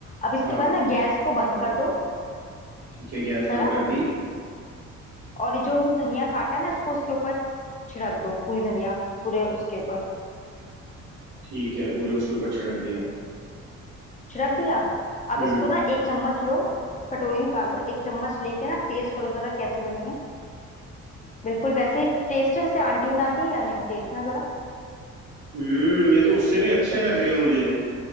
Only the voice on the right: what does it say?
हाँ
ठीक है गैस
बंद कर दी
ठीक है पूरे उसके ऊपर छिड़क दिया
हम्म
हम्म ये तो उससे भी अच्छे लग रहे हैं मुझे